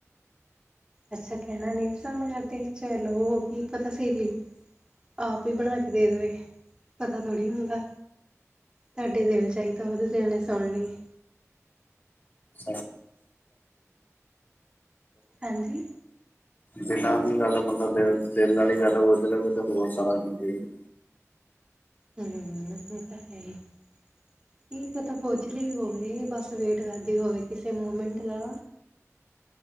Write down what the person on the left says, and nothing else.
<unintelligible>
ਦਿਲਾਂ ਦੀ ਗੱਲ ਬੰਦਾ ਦਿਲ ਵਾਲੀ ਗੱਲ ਹੋਵੇ <unintelligible>